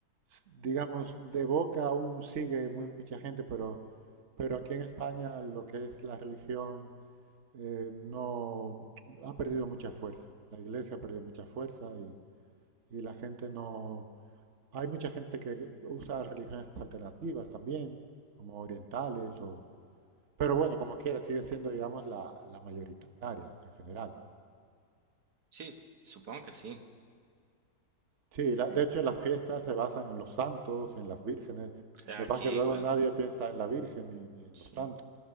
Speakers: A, on the right (about 50°); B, on the right (about 75°).
A: digamos, de boca aún sigue mucha gente, pero, pero aquí en España lo que es la religión eh, no ha perdido mucha fuerza. La iglesia ha perdido mucha fuerza y, y la gente no... Hay mucha gente que usa religiones alternativas también, como orientales o... Pero bueno, como quiera, sigue siendo, digamos, la, la mayoritaria en general.
B: Sí, supongo que sí.
A: Sí, la-
B: Ujú.
A: de hecho las fiestas se basan en los santos y en las vírgenes.
B: Aquí
A: Lo que pasa es que luego
B: igual,
A: nadie piensa en la Virgen ni, ni en
B: sí.
A: los santos.